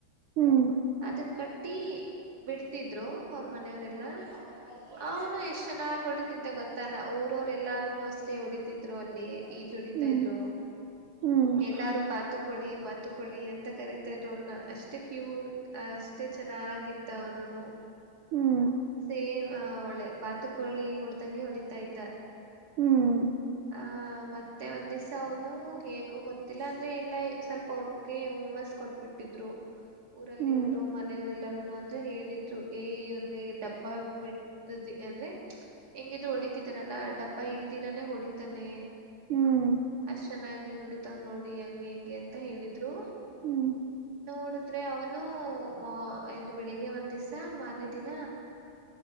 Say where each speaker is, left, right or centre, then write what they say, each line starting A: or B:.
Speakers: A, on the right (about 85°); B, on the right (about 45°).
A: ಹ್ಮ್
B: ಅನ್ ಕಟ್ಟಿ ಬಿಡ್ತಿದ್ರು ಅವ್ರ ಮನೆಯವರೆಲ್ಲ ಅವನು ಎಷ್ಟ ಚೆನ್ನಾಗ್ ಹೊಡಿತಿದ್ದ ಗೊತ್ತಾನ ಊರವರು ಎಲ್ಲಾರುನು ಅಷ್ಟೇ ಹೊಡಿತಿದ್ರು ಅಲ್ಲಿ ಜುಡಿತಾ
A: ಹ್ಮ್
B: ಇದ್ರು
A: ಹ್ಮ್
B: ಎಲ್ಲಾರು ಬಾತಕೊಳ್ಳಿ ಬಾತ ಕಳಿ ಅಂತ ಕರತಾ ಇದ್ರು ಅವನ ಅಷ್ಟೇ ಕ್ಯೂಟ್ ಅಷ್ಟೇ ಚೆನ್ನಾಗಿದ್ದವನನು
A: ಹ್ಮ್ ಹ್ಮ್
B: ಸೇ್ ಆ ಒಳ್ಳೆ ಬತು ಕೊಳ್ಳಿಡ್ ಗೆ ಹೊಡಿತಾ ಇದ್ದ
A: ಹ್ಮ್
B: ಆ ಹ ಮತ್ತೆ ಒಂದ್ ದಿವ್ಸ ಅವನು ಹೇಗ್ ಗೊತ್ತಿಲ್ಲ ಅಂದ್ರೆ ಎಲ್ಲಾ ಸ್ವಲ್ಪ ಅವ್ರಗೆ ಉುಮ್ಮಸ್ ಕೊಟ್ಬಿಟ್ಟಿದ್ರು ಊರಲ್ಲಿ
A: ಹ್ಮ್
B: ಇರೋದು ಮನೆಯವರೆಲ್ಲ ಅಂದ್ರೆ ಹೇಳಿದ್ರು ಏವನ್ಗೆ ಡಬ್ಬ ಬಿಟ್ಟ ಅಂದ್ರೆ ಹೆಂಗಿದು ಹೊಡಿತಿದ್ದನಲ್ಲಾ ಡಬ್ಬಾ ಇಲ್ದಿರಾನೆ ಹೊಡಿತಾನೆ
A: ಹ್ಮ್
B: ಅಷ್ಟ ಚೆನ್ನಾಗಿ ಹೊಡ ನೋಡಿ ಹೆಂ ಹೆಂಗೆ ಅಂತ ಹೇಳಿದ್ರು
A: ಹ್ಮ್ ಹ್ಮ್
B: ನೋಡುದ್ರೆ ಅವನು ಮ ಇದು ಬೆಳಿಗ್ಗೆ ಒಂದ್ ದಿವ್ಸ ಮಾರ್ನೆ ದಿನ